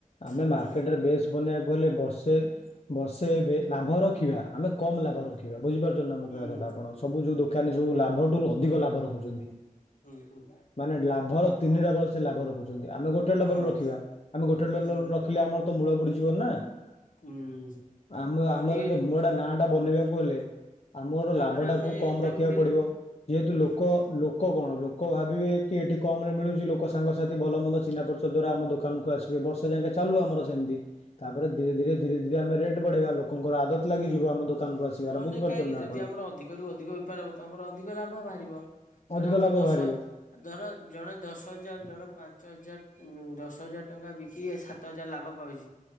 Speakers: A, on the left (about 50°); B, on the left (about 70°).
A: ଆମେ
B: ହୁଁ
A: ମାର୍କେଟରେ ବେସ୍ ବନେଇବାକୁ ହେଲେ ସେ ବର୍ଷେ ଏବେ ଲାଭ ରଖିବା ଆମେ କମ୍ ଲାଭ
B: ହୁଁ
A: ରଖିବା ବୁଝିପାରୁଛନ୍ତି ନା ମୋ
B: ହୁଁ
A: କହିବା କଥାଟା ଆପଣ। ସବୁ ଯୋଉ ଦୋକାନୀ
B: ହୁଁ
A: ସବୁ ଲାଭଠାରୁ ଅଧିକ ଲାଭ ରଖୁଛନ୍ତି
B: ହୁଁ। ହୁଁ
A: ମାନେ ଲାଭର ତିନି ଡବଲ ସେ ଲାଭ ରଖୁଛନ୍ତି, ଆମେ ଗୋଟେ ଡ଼ବଲ
B: ହଁ
A: ରଖିବା, ଆମେ ଗୋଟେ ଡ-ଲ-ଲ-ଡ଼ବଲ
B: ହୁଁ
A: ରଖିଲେ ଆମର ତ ମୂଳ ବୁଡିଯିବନି ନା।
B: ହୁଁ
A: ଆମ
B: ଆମେ
A: ଆମର
B: ଟିକେ
A: ମୋ ଡା ନାଁଟା
B: ହୁଁ
A: ବନେଇବାକୁ ହେଲେ ଆମର
B: ତାପରେ
A: ଲାଭଟାକୁ
B: ଆମେ
A: କମ
B: ତାକୁ
A: ରଖିବାକୁ
B: ଧୀରେ
A: ପଡ଼ିବ, ଯେହେତୁ
B: ହୁଁ
A: ଲୋକ ଲୋକ କଣ ଲୋକ ଭାବିବେ କି କି ଏଠି କମରେ ମିଳୁଛି ଲୋକ ସାଙ୍ଗସାଥି ଭଲମନ୍ଦ ଚିହ୍ନା ପରିଚୟ ଦ୍ୱାରା ଆମ ଦୋକାନକୁ ଆସିବେ ବର୍ଷେ ଯାଙ୍କେ ଚାଲୁ ଆମର ସେମତି, ତାପରେ ଧୀରେ ଧୀରେ ଧୀରେ ଧୀରେ ଆମେ ରେଟ୍ ବଢ଼େଇବା ଲୋକଙ୍କର ଆଦତ ଲାଗିଯିବ
B: ହୁଁ
A: ଆମ ଦୋକାନକୁ ଆସିବାର,
B: ନହେଲେ
A: ବୁଝିପାରୁଛନ୍ତି
B: କାହିଁକି
A: ନା
B: ଯଦି
A: ଆପଣ?
B: ଆମର ଅଧିକରୁ ଅଧିକ ବେପାର ହବ ତମର ଅଧିକ ଲାଭ ବାହାରିବ। ଧର
A: ଅଧିକ
B: ଆମ
A: ଲାଭ
B: ଦଶ
A: ବାହାରିବ
B: ଧର ଜଣେ ଦଶ ହଜାର, ଜଣେ ପାଞ୍ଚ ହଜାର ଉମ୍ ଦଶ ହଜାର ଟଙ୍କା ବିକି ସାତ ହଜାର ଲାଭ ପାଉଛି,